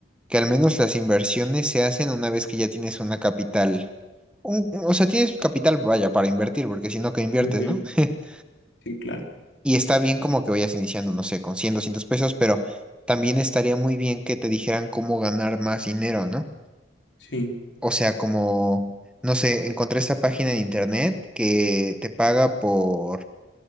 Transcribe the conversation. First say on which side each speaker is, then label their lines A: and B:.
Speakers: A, in the centre; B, on the left (about 70°).
A: que al menos las inversiones se hacen una vez que ya tienes una capital. un- o sea, tienes capital, vaya, para invertir, porque si no, ¿qué inviertes,
B: Ujú,
A: no? <laughs>
B: Sí, claro.
A: Y está bien como que vayas iniciando, no sé, con 100, 200 pesos, pero también estaría muy bien que te dijeran cómo ganar más dinero, ¿no?
B: Sí.
A: O sea, como, no sé, encontré esta página en internet que te paga por